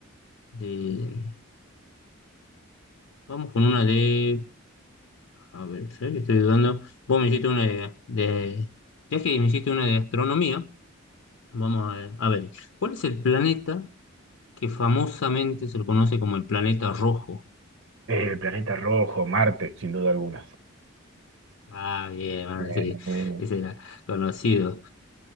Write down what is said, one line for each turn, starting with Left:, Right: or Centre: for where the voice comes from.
Left: de. Vamos con una de. A ver, ¿sabes que estoy dudando? Vos me hiciste una de, de- Ya que me hiciste una de astronomía, vamos a ver. A ver, ¿cuál es el planeta que famosamente se lo conoce como el planeta rojo?
Right: Eh, planeta rojo, Marte, sin duda alguna.
Left: Ah, bien, bueno,
Right: Eh,
Left: sí,
Right: eh,
Left: ese era conocido,